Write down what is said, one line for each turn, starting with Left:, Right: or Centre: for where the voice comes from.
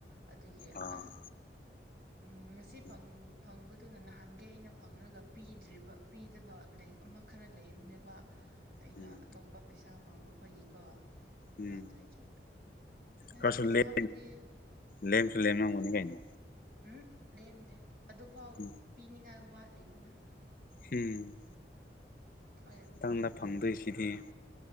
Right: ꯑꯗꯨꯒꯤ
Left: ꯑꯥ
Right: ꯑ ꯎꯝ ꯉꯁꯤ
Left: ꯎꯝ
Right: ꯐꯪ ꯐꯪꯕ ꯑꯗꯨꯅ ꯅꯍꯥꯟꯒꯩ ꯑꯩꯅ ꯐꯪꯔꯒ ꯄꯤꯗ꯭ꯔꯤꯕ ꯄꯤꯗꯕ ꯂꯥꯏꯔꯤꯛ ꯑꯃ ꯈꯔ ꯂꯩꯕꯅꯦꯕ ꯑꯩꯅ
Left: ꯎꯝ
Right: ꯑꯇꯣꯞꯄ ꯄꯩꯁꯥ ꯐꯪꯕ ꯈꯣꯏꯒꯤꯀꯣ ꯑꯥ
Left: ꯎꯝ
Right: ꯑꯗꯨꯒꯤ ꯍꯁ
Left: ꯈꯔꯁꯨ
Right: ꯄꯩꯁꯥ
Left: ꯂꯦꯝ
Right: ꯕꯨꯗꯤ
Left: ꯂꯦꯝꯁꯨ
Right: ꯍꯥ
Left: ꯂꯦꯝꯂꯝꯒꯅꯤ ꯀꯩꯅꯣ
Right: ꯎꯝ ꯂꯦꯝꯗꯦ ꯑꯗꯨꯐꯥꯎ
Left: ꯎꯝ
Right: ꯄꯤꯅꯤꯉꯥꯏ ꯋꯥꯠꯂꯤꯕꯅꯤ
Left: ꯎꯝ
Right: ꯑꯩ
Left: ꯃꯊꯪꯗ ꯐꯪꯗꯣꯏꯁꯤꯗꯤ